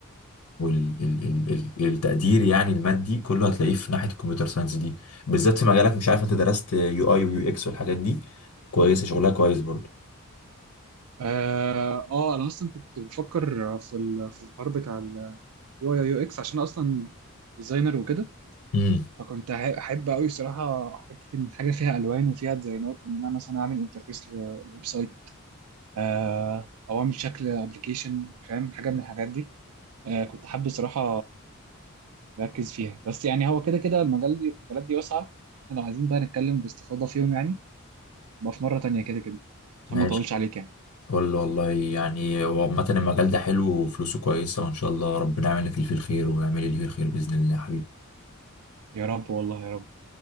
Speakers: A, on the left; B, on the right.
A: وال ال ال ال التقدير يعني المادي كله هتلاقيه في ناحية الكمبيوتر ساينس دي بالذات في مجالك مش عارف انت درست يو اي ويو اكس والحاجات دي كويسة شغلها كويس برضه
B: اه آه، انا اصلا كنت بفكر في ال- في الحوار بتاع اليو اي يو اكس عشان أنا اصلا ديزاينر وكده
A: امم
B: فكنت ه- احب قوي صراحه حته ان حاجه فيها الوان وفيها ديزاينات ان انا مثلا اعمل انترفيس لويب سايت آه او اعمل شكل ابلكيشن فاهم حاجه من الحاجات دي آه كنت حابب صراحه ركز فيها بس يعني هو كده كده المجال دي المجالات دي واسعة احنا لو عايزين بقى نتكلم باستفاضة فيهم يعني يبقى في مرة تانية كده كده عشان
A: ماشي
B: ما اطولش عليك يعني
A: فل والله يعني هو عامة المجال ده حلو وفلوسه كويسة وإن شاء الله ربنا يعمل لك اللي فيه الخير ويعمل لي اللي فيه الخير بإذن الله يا حبيبي
B: يا رب والله يا رب